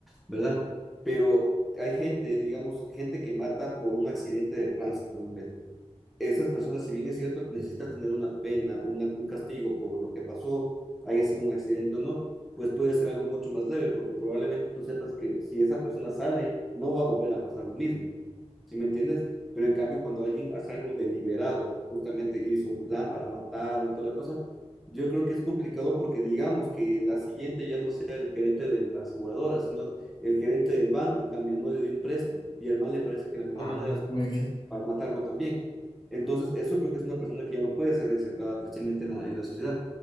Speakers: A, in the centre; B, on the left (about 40°).
A: ¿verdad? Pero hay gente, digamos, gente que mata por un accidente de tránsito. ¿verdad? Esas personas, si bien es cierto, necesitas tener una pena, una, un castigo por lo que pasó, haya sido un accidente o no, pues puede ser algo mucho más leve, porque probablemente tú sepas que si esa persona sale, no va a volver a pasar lo mismo. ¿sí me entiendes? Pero en cambio, cuando alguien hace algo deliberado, justamente hizo un plan para matar o toda la cosa, yo creo que es complicado porque digamos que la siguiente ya no sea el gerente de la aseguradora, sino el gerente del banco, en cambio, no le dio un préstamo y al mal le parece que la mejor
B: Ah,
A: manera es,
B: muy bien.
A: es para matarlo también. Entonces, eso creo que es una persona que ya no puede ser reinsertada precisamente en la, en la sociedad.